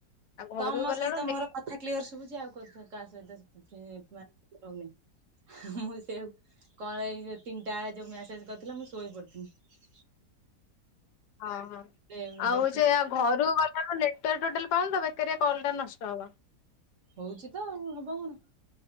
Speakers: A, on the left; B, on the right.
A: ଆଉ ଘରକୁ
B: ତମୋ
A: ଗଲାବେଳୁ
B: ସହିତ
A: ନେ
B: ମୋର କଥା କ୍ଲିୟର ଶୁଭୁଛି ଆଉ କୋଉଥର କାହା ସହିତ କରି ମା ହଉନି ମୁଁ ସେଆକୁ କଳେଇ ତିନିଟା ବେଳେ ଯୋଉଁ ମେସେଜ୍ କରିଥିଲା ମୁଁ ଶୋଇ ପଡ଼ିଥିଲି।
A: ହଁ ହଁ
B: ଦେ
A: ଆଉ
B: ଦେଖି
A: ସେୟା ଘରୁକୁ ଗଲେ ଏଟାରେ ମୋ ନେଟୱାର୍କ ଟୋଟାଲ ପାଉନି ତ ବେକାରିଆ କଲ ଟା ନଷ୍ଟ ହବ।
B: ହଉଛି ତ ଆଉ ହବ କଣ।